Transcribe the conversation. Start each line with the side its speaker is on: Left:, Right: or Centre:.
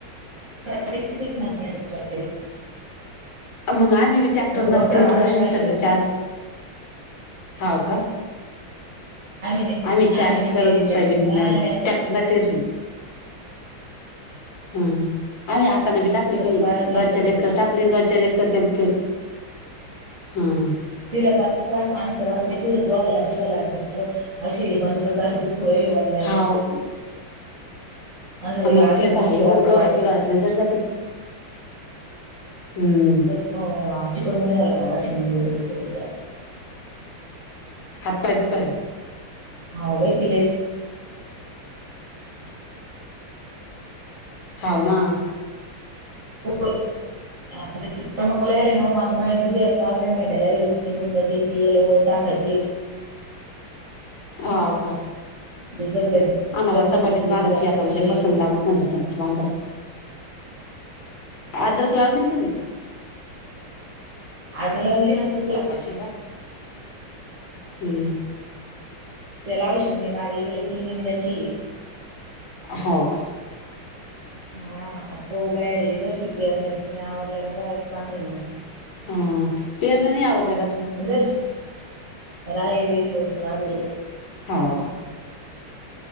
Right: <unintelligible>
Left: मग आम्ही बी ट्रॅक्टरनाच
Right: असं वखरा
Left: पेरलं
Right: मागच
Left: आम्ही
Right: टाकितो
Left: सगळं
Right: ना
Left: चार हाव का?
Right: नाही-
Left: आम्ही चार
Right: नाही
Left: एकर
Right: पेरी ट्रॅक्टर
Left: सोयाबीन
Right: ना आम्ही असं
Left: टॅक्टरन पेरली. हा आम्ही हातान बी टाकली काही
Right: पाळायच लागत
Left: दोन चार एकर टाक. हा <unintelligible>
Right: तिड पाच त सां रा दोघाला तिघाला आणि ऍडजस्ट केलो असे मनगट दु सुरले वाल्ल्याना.
Left: हा
Right: असं लगे
Left: मग
Right: आज
Left: ती आता
Right: तर दिवसभर
Left: आहे हाय ओ
Right: असं
Left: दोघा
Right: वाटत
Left: तिघाला <unintelligible> जर जात हम्म..
Right: ओ आ चिकनगुनिया झाला का, असे म्हणले तरी <unintelligible> आज.
Left: हात पाय दुखालय.
Right: हावू बाई <unintelligible>
Left: हाव ना
Right: <unintelligible> स आले नू आता म त काकडया भेंड्या गेलेंडाची वेल वर टाकायची
Left: हावू का?
Right: ते जगदन
Left: आम्हाला
Right: जगदन
Left: तंबाट्या
Right: गोबी
Left: बांधाची
Right: लावाची
Left: आता उद्या पसून
Right: आहे
Left: लावत. <unintelligible> बांधला अदरक लावली तुम्ही.
Right: अदर लावली ना.
Left: अशे का? हम्म
Right: तेला औषध नाही मारले गेलं ती मींदाची आहे.
Left: हाव का?
Right: हा आता प बाय हे जशीक पेरण्या फिरण्या आवरल्या का बा <unintelligible> पाणी ना
Left: हम पेरणी नाही आवरली का अजून.
Right: अ जस्ट राहायली तोवर सगळा गो <unintelligible>
Left: हावू का?